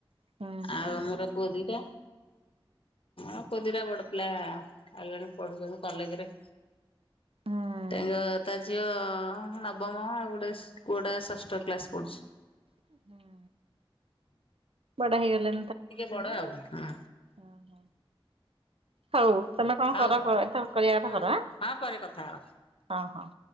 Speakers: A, on the right (about 85°); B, on the left (about 75°).
A: ହୁଁ।
B: ଆଉ ଆମର ପୁଅ ଦିଟା ଅଁ ପୁଅ ଦିଟା ବଡ଼ ଲା ଆଉ ଜଣେ ପଢୁଛନ୍ତି କଲେଜ୍ ରେ।
A: ହୁଁ
B: ତାଙ୍କ ତା ଝିଅ ହଁ ନବମ ଆଉ ଗୋଟେସ୍ ପୁଅଟା ଷଷ୍ଠ କ୍ଲାସ ପଢୁଛି।
A: ହୁଁ ବଡ ହେଇଗଲା
B: ଟିକେ ବଡ଼ ଆଉ ହଁ।
A: ଉଁ ହୁଁ ହୋଉ ତମେ କଣ
B: ହଉ
A: କର
B: ହଉ
A: <unintelligible> କରିବା
B: ହଁ
A: କଥା କର
B: ହଁ ହଁ ପରେ କଥା ହବା।
A: ଆଁ।